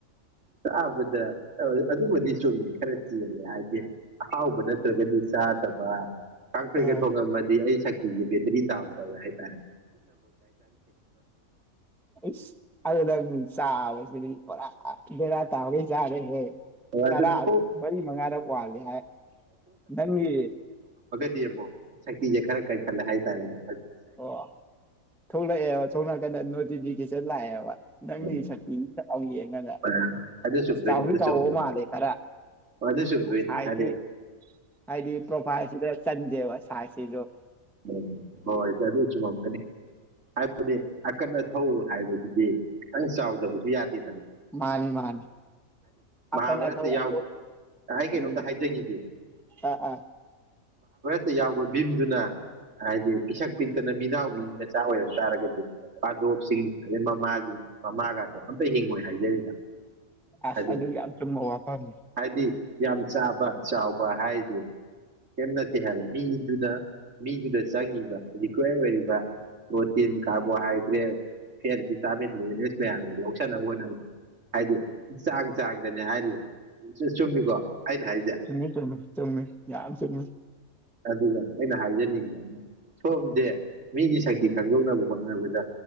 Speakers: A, on the right; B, in the centre.
A: ꯇꯥꯕꯗ ꯑꯗꯨꯕꯨꯗꯤ ꯆꯨꯝꯃꯦ ꯈꯔ ꯆꯦꯜꯂꯦ ꯍꯥꯏꯁꯦ ꯑꯍꯥꯎꯕ ꯅꯠꯇ꯭ꯔꯒꯗꯤ ꯆꯥꯗꯕ ꯀꯥꯡꯁꯣꯏꯒ
B: ꯑ
A: ꯊꯣꯡꯉꯝꯃꯗꯤ ꯑꯩ ꯁꯛ <unintelligible> ꯗꯥꯝ ꯇꯧꯋꯦ ꯍꯥꯏ ꯇꯥꯔꯦ
B: ꯑꯁ ꯅꯡ ꯆꯥꯕꯁꯤꯗꯤ ꯄꯨꯔ ꯕꯦꯔꯥ ꯇꯥꯕꯒꯩ ꯆꯥꯔꯦꯍꯦ
A: ꯑꯣ
B: ꯆꯔꯥ
A: ꯑꯗꯨꯅ
B: ꯑꯗꯨ
A: ꯑꯣꯛ
B: ꯃꯔꯤ ꯃꯉꯥꯔꯛ ꯋꯥꯂꯤ ꯍꯥꯏ ꯅꯪꯒꯤ
A: ꯗꯤ ꯑꯃꯨꯛ ꯁꯛꯇꯤꯁꯦ ꯈꯔ ꯈꯟꯈꯠꯂꯦ ꯍꯥꯏꯇꯥꯔꯦꯅꯦ
B: ꯑꯣ ꯊꯣꯛꯂꯛꯑꯦꯕ ꯑꯁꯣꯝꯅꯥꯀꯟꯗ ꯅꯣꯠꯇꯤꯐꯤꯀꯦꯁꯟ ꯂꯥꯛꯑꯦꯕ ꯅꯪꯒꯤ
A: ꯎꯝ
B: ꯁꯛꯇꯤꯅꯤ ꯗꯥꯎ ꯌꯦꯡꯉꯒ
A: ꯑ- ꯑꯗꯨ ꯆꯨꯝꯗꯣꯏꯅꯦ
B: ꯑꯁ ꯆꯥꯎꯗꯤ
A: ꯑꯗꯨ
B: ꯆꯥꯎꯕ
A: ꯆꯨꯝꯗꯣꯏꯅꯤ
B: ꯃꯥꯜꯂꯦ ꯈꯔ
A: ꯍꯣꯏ ꯑꯗꯨ ꯆꯨꯝꯗꯣꯏꯅꯤ
B: ꯁꯥꯏꯖꯁꯤ
A: ꯍꯥꯏꯗꯤ
B: ꯍꯥꯏꯗꯤ ꯄ꯭ꯔꯣꯐꯥꯏꯜꯁꯤꯗ ꯆꯟꯗꯦꯕ ꯁꯥꯏꯖꯁꯤꯁꯨ
A: ꯎꯝ ꯍꯣꯏ ꯑꯗꯨ ꯆꯨꯝꯃꯝꯒꯅꯤ ꯍꯥꯏꯕꯗꯤ ꯑꯀꯟ ꯑꯊꯧ ꯍꯥꯏꯕꯁꯤꯗꯤ ꯈꯤꯇꯪ ꯆꯥꯎꯗꯕꯗꯤ ꯌꯥꯗꯦꯗꯅ
B: ꯃꯥꯅꯤ ꯃꯥꯅꯤ ꯑꯀꯟ
A: ꯃꯍꯥꯚꯥꯔꯠꯇ
B: ꯑꯊꯧ
A: ꯌꯥꯎ ꯑꯩ ꯀꯩꯅꯣꯝꯇ
B: ꯎꯝ
A: ꯍꯥꯏꯖꯈꯤꯒꯦ
B: ꯑ ꯑ
A: ꯇ ꯌꯥꯎꯕ ꯚꯤꯝꯗꯨꯅ ꯍꯥꯏꯗꯤ ꯄꯤꯁꯛ ꯄꯤꯛꯇꯅ ꯃꯤꯅꯥꯎ ꯃꯤ ꯃꯆꯥ ꯑꯣꯏꯔꯝ ꯇꯥꯔꯒꯗꯤ ꯄꯥꯗꯣꯞꯁꯤꯡ ꯑꯗꯩ ꯃꯃꯥꯁꯤꯡ ꯃꯃꯥꯒ ꯑꯝꯇ ꯍꯤꯡꯉꯣꯏ ꯍꯥꯏꯖꯔꯤꯕ
B: ꯑꯁ
A: ꯍꯥꯏ
B: ꯑꯗꯨ ꯌꯥꯝ ꯆꯨꯝꯕ ꯋꯥꯐꯝꯅꯤ
A: ꯍꯥꯏꯗꯤ ꯌꯥꯝ ꯆꯥꯕ ꯆꯥꯎꯕ ꯍꯥꯏꯗꯤ ꯀꯦꯝ ꯅꯠꯇꯦ ꯍꯥꯏꯕ ꯃꯤꯗꯨꯗ ꯃꯤꯗꯨꯗ ꯆꯪꯉꯤꯕ ꯔꯤꯀ꯭ꯋꯦꯔ ꯑꯣꯏꯔꯤꯕ protein carbohydrate fat vitamins mineral ꯃꯌꯥꯝꯁꯦ ꯂꯧꯁꯤꯟꯅꯕ ꯍꯣꯠꯅꯕꯗ ꯍꯥꯏꯗꯤ ꯆꯥꯡ ꯆꯥꯡꯗꯅꯦ ꯍꯥꯏꯔꯤꯕ ꯆꯨꯝꯃꯤꯀꯣ ꯑꯩꯅ ꯍꯥꯏꯁꯦ
B: ꯆꯨꯃꯤ ꯆꯨꯃꯤ ꯆꯨꯝꯃꯤ ꯌꯥꯝ ꯆꯨꯝꯃꯤ
A: ꯑꯗꯨꯒ ꯑꯩꯅ ꯍꯥꯏꯖꯅꯤꯡꯕꯅ ꯁꯣꯝꯁꯦ ꯃꯤꯒꯤ ꯁꯛꯇꯤ ꯈꯪꯗꯣꯛꯅꯕ ꯍꯣꯠꯅꯕꯗ